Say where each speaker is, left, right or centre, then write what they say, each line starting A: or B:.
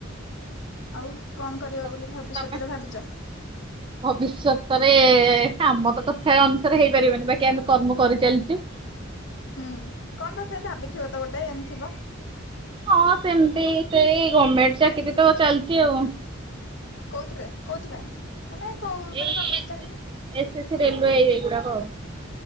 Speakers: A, on the left; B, on the right.
A: ଆଉ କଣ କରିବ
B: ତମେ
A: ବୋଲି ଭବିଷ୍ୟତରେ
B: ତମେ
A: ଭାବିଚ?
B: ଭବିଷ୍ୟତରେ ଆମର ତ ସେ ଅନୁସାରେ ହେଇପାରିବନି ବାକି ଆମେ କର୍ମ କରିଚାଲିଚୁ। <inaudible>
A: ହୁଁ କଣ ତଥାପି ଭାବିଥିବ ତ ଗୋଟେ ଏମ ଥିବ।
B: ହଁ ସେମିତି ସେଇ ଗମେଣ୍ଟ ଚାକିରି ତ ଚାଲିଚି ଆଉ।
A: କୋଉଥିରେ କୋଉଥିପାଇଁ ମାନେ କୋଉ
B: ଏଇ
A: ମାନେ ଗମେଣ୍ଟ ଚାକିରି
B: ଏସ୍ ଏସ୍ ସି ରେଲୱେ ଏହି ଗୁଡାକ ଆଉ।